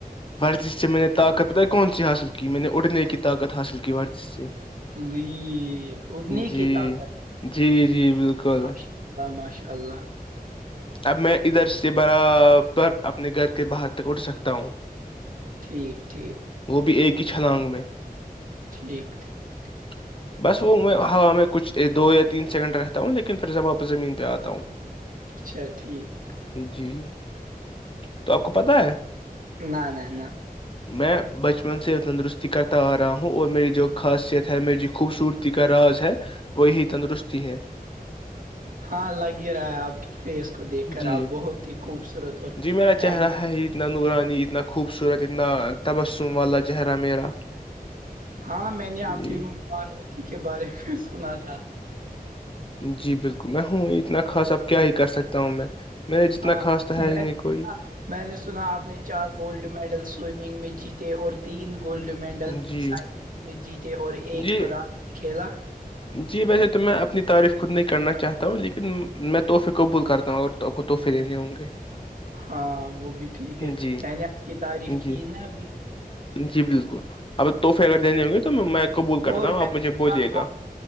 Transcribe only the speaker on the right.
لی اڑنے
کی طاقت
اللہ ماشاء اللہ
ٹھیک ٹھیک
ٹھیک ٹھیک
ٹھیک
اچھا ٹھیک
نہ نہ نہ
ہاں لگ ہی رہا ہے آپ کی فیس کو دیکھ کر
آپ بہت ہی خوبصورت اور
ہینڈ
ہاں میں نے آپ
کی ماروتی کے بارے میں سنا تھا
ہاں
میں
میں نے سنا آپ نے چار گولڈ میڈل سوئمنگ میں جیتے اور تین گولڈ میڈل
سائ میں جیتے اور ایک
ران کھیلا
ہاں وہ بھی ٹھیک ہے
میں نے آپ کی تعریف کی
نا ابھی
اور
میں
نے
سنا